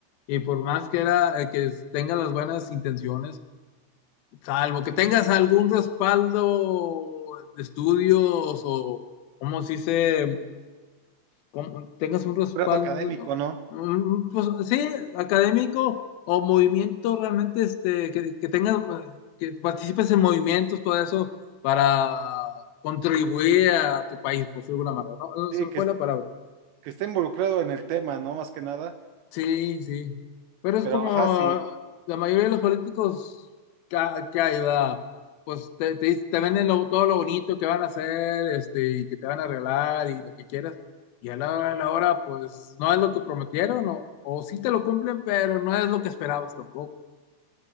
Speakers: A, on the left; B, on the right.
A: y por más que era, eh, que tenga las buenas intenciones, salvo que tengas algún respaldo de estudios o, como se dice? como tengas un respaldo,
B: Grado académico, ¿no?
A: mm, pues sí, académico o movimiento realmente, este, que, que tengas, eh, que participes en movimientos, todo eso, para contribuir a tu país, por de alguna manera, ¿no? No,
B: Sí,
A: Se me
B: que,
A: fue la palabra.
B: que está involucrado en el tema, ¿no? Más que nada.
A: Sí, sí. Pero es
B: Pero
A: como
B: ajá, sí,
A: la mayoría de los políticos que, ha- que hay, va, pues te, te, dic- te venden lo- todo lo bonito que van a hacer, este, y que te van a regalar y lo que quieras. Y a la hora, a la hora, pues no es lo que prometieron, o, o sí te lo cumplen, pero no es lo que esperabas tampoco.